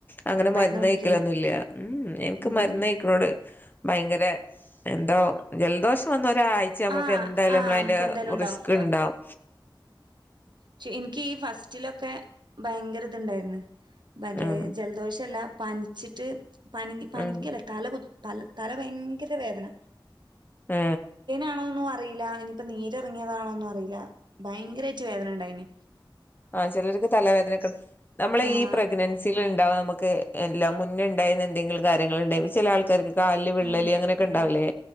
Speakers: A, on the left (about 25°); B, on the right (about 60°).
A: അങ്ങനെ
B: മരുന്ന്
A: മരുന്നയ്ക്കലൊന്നുല്ല്യാ
B: കുടിക്കൂല
A: ഉമ് എനിക്ക്
B: ഉം
A: മര്ന്നയ്ക്കണോട് ഭയങ്കര വെ എന്തോ ജൽദോഷം വന്ന രായ്ച്ചാമ്പുക്ക
B: ആഹ്
A: എന്തായ്ലും
B: ആഹ്
A: നമ്മളയ്ന്റെ
B: നമുക്ക് എന്തായാലും ഉണ്ടാവും
A: റിസ്ക് ഇണ്ടാകും
B: ക്ഷെ എനിക്ക് ഈ ഫസ്റ്റിലൊക്കെ ഭയങ്കര ഇണ്ടായ്ര്ന്ന് മറ്റേ
A: ആഹ്
B: ജലദോഷല്ല പനിച്ചിട്ട് പനി പനിക്കല്ല
A: ഉം
B: തല കുത്ത് പല തല ഭയങ്കര വേദന
A: ഹാ
B: ണോന്നോ അറിയിലാ ഇനിപ്പ നീരെറങ്ങിയതാണോന്നും അറിയിലാ ഭയങ്കരായ്റ്റ് വേദനഇണ്ടായിന്
A: ആ ചിലര്ക്ക് തലവേദനക്ക നമ്മള
B: ആഹ്
A: ഈ പ്രഗ്നൻസീല് ഇണ്ടാവ ന്നമക്ക് എല്ലാം മുന്നേ ഇണ്ടായിരുന്ന എന്തെങ്കിലും കാര്യങ്ങൾണ്ടായിന്ന ചെല ആൾക്കാര്ക്ക് കാല്ല് വിള്ളല്
B: ഉം
A: അങ്ങനൊക്കെ ഇണ്ടാവ്ലേ